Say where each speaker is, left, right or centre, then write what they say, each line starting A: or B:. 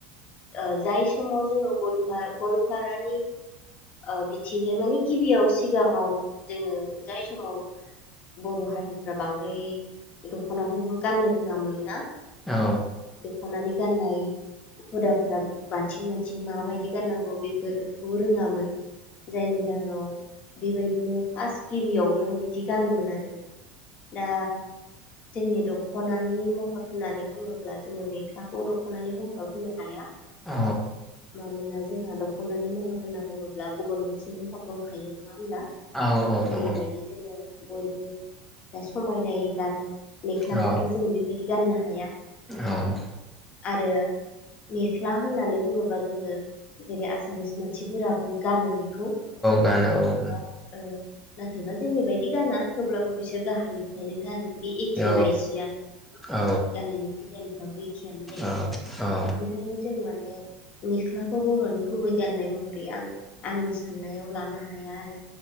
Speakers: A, on the left (about 35°); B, in the centre.
A: ओ जाय समाव जोङो गल गलपारानि ओ बिथिंहाय माने गिबियाव सिगाङाव जोङो जाय समाव बर' हारिफ्रा बांद्राय दख'नाफोरबो गाननो रोङामोन ना
B: औ
A: सख'नानै गाननाय हुदाफोरा माथिं माथिं माबायदि गाननांगौ बेफोरखौ रोङामोन जायनि जाहोनाव बेबायदिनो फास गिबियावनो बिदि गानोमोन आरो दा जोंनि दख' दख'नानि महर होननानै बुङोब्ला जोङो मेख्लाखौ दख'नानि महराव होनो हाया
B: औ
A: मानोना जोंहा दख दख'नानि महर होनना बुङोब्ला गुबुन मोनसे महर दंखायो। नङा होमब्ला
B: औ
A: जेरैबायदि
B: दङ औ
A: जोङो बयबो दा समायनायै गानो मेख्लाखौथ'
B: औ
A: जों बिदि गाननो हाया
B: औ
A: आरो मेख्ला होननानै बुङोबा जोङो जेरै आसामिस मानसिफोराबो गानो बेखौ
B: गानो
A: नाथायबा
B: औ गानो
A: ओ नाथायबा जोंनि बायदि गाना थेवब्लाबो बिसोर गाहायनिफायनो गानो बे एखे
B: औ
A: बाय जियानो
B: औ
A: गाननायनि डिजाइनफ्राबो एखेयानो जायो
B: औ औ
A: बेखायनो जों माने मेख्लाखौ बर'नि गुबै गाननाय महरै आं आंनि साननायाव लानो हाया आरो